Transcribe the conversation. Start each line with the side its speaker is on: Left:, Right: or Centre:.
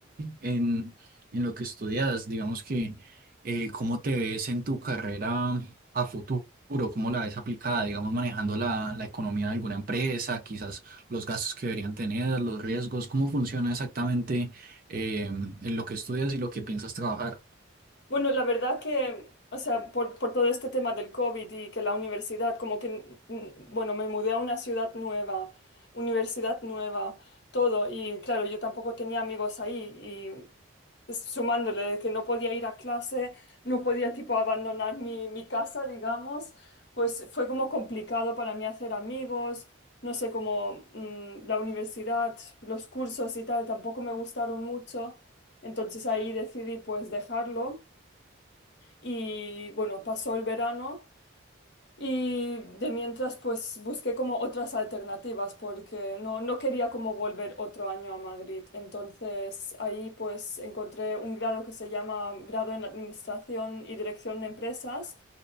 Right: en, en lo que estudias, digamos que eh, cómo te ves en tu carrera a futuro, cómo la ves aplicada, digamos, manejando la, la economía de alguna empresa, quizás los gastos que deberían tener, los riesgos, cómo funciona exactamente eh, en lo que estudias y lo que piensas trabajar.
Left: Bueno, la verdad que, o sea, por, por todo este tema del COVID y que la universidad, como que, mm, bueno, me mudé a una ciudad nueva, universidad nueva, todo, y claro, yo tampoco tenía amigos ahí, y sumándole que no podía ir a clase, no podía tipo abandonar mi, mi casa, digamos, pues fue como complicado para mí hacer amigos, no sé, como mm, la universidad, los cursos y tal, tampoco me gustaron mucho, entonces ahí decidí pues dejarlo. Y bueno, pasó el verano y de mientras pues busqué como otras alternativas porque no, no quería como volver otro año a Madrid. Entonces ahí pues encontré un grado que se llama grado en Administración y Dirección de Empresas